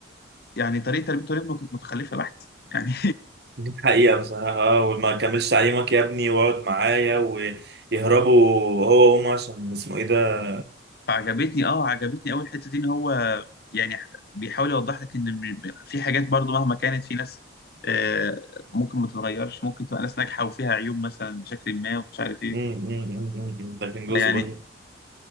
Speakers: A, on the left; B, on the right.
A: يعني طريقه تربيته لابنه كانت متخلفه بحت يعني
B: دي حقيقة بصراحة اه وما كملش تعليمك يا ابني واقعد معايا ويهربوا هو وأمه عشان اسمه ايه ده
A: <laughs> فعجبتني اه عجبتني قوي الحته دي ان هو يعني بيحاول يوضح لك ان م- في حاجات برضو مهما كانت في ناس آه، ممكن ما تتغيرش ممكن تبقى ناس ناجحه وفيها عيوب مثلا بشكل ما ومش عارف ايه
B: مم، مم، مم، مم. ده كان جزء
A: يعني
B: برضه